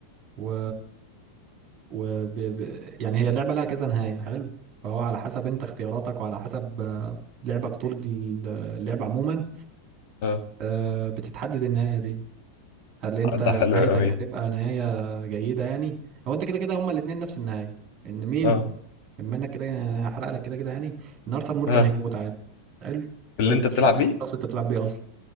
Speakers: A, on the right; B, on the left.
A: و, و... ب... ب... يعني هي اللعبة لها كذا نهاية حلو فهو على حسب انت اختياراتك وعلى حسب آه، لعبك طول ال- اللعب عموما
B: اه
A: آه، بتتحدد النهاية دي هل انت
B: ده حلو
A: نهايتك
B: قوي
A: هتبقى نهاية جيدة يعني هو انت كده كده هما الاتنين نفس النهاية ان مين
B: اه
A: بما انك كده يعني هحرق لك كده كده يعني ان ارثر مورجان
B: اه
A: هيموت عادي حلو اللي
B: اللي
A: هو
B: انت
A: الشخص
B: بتلعب بيه
A: الشخص اللي انت بتلعب بيه اصلا